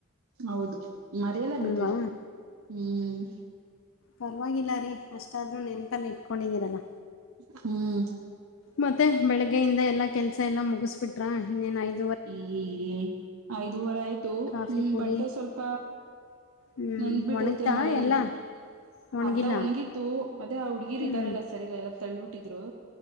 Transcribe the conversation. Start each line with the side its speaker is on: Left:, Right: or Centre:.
Right: ಹೌದು. ಮರೆಲ್ಲ
Left: ಅಲ್ವಾ?
Right: ಬಿಡ್ರಿ ಹ್ಮ್.
Left: ಪರವಾಗಿಲ್ಲ ರೀ ಅಷ್ಟಾದ್ರೂ ನೆನಪಲ್ಲಿ ಇಟ್ಕೊಂಡಿದ್ದೀರಲ್ಲ.
Right: ಹ್ಮ್
Left: ಮತ್ತೆ ಬೆಳಗ್ಗೆಯಿಂದ ಎಲ್ಲಾ ಕೆಲ್ಸ ಎಲ್ಲಾ ಮುಗಿಸಬಿಟ್ರ ಇನ್ನೇನಾಯ್ತು.
Right: ಹ್ಮ್ ಐದುವರ ಆಯ್ತು
Left: ಕಾಫಿ
Right: ಹ್ಮ್
Left: ಕುಡಿ
Right: ಬಟ್ಟೆ ಸ್ವಲ್ಪ
Left: ಹ್ಮ್
Right: ನೆಂದ್ಬಿಟ್ಟೈತೆ
Left: ಒಣಗ್ತಾ
Right: ಮಳೇಲಿ
Left: ಎಲ್ಲ? ಒಣಗಿಲ್ಲ
Right: ಅರ್ಧ ಒಣ್ಗಿತ್ತು ಅದೇ ಆ ಹುಡ್ಗಿರ್
Left: ಹ್ಮ್
Right: ಇದ್ದಾರಲ್ಲ ಸರಿಲ್ಲ ತಳ್ಬಿಟ್ಟ. ಇದರು.